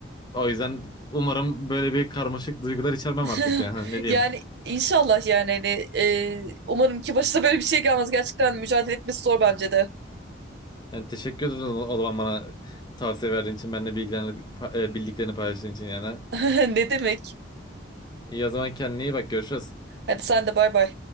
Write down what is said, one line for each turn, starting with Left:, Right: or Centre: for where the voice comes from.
Left: o yüzden umarım böyle bir karmaşık duygular içermem
Right: <laughs>
Left: artık yani <laughs> ne diyeyim.
Right: Yani inşallah yani hani e, umarım ki başına böyle bir şey gelmez. Gerçekten mücadele etmesi zor bence de.
Left: Yani teşekkür ederim o o zaman bana tavsiye verdiğin için, benimle bilgilerini, pa- e, bildiklerini paylaştığın için yani.
Right: <laughs> Ne demek?
Left: İyi o zaman kendine iyi bak görüşürüz.
Right: Hadi sen de bay bay.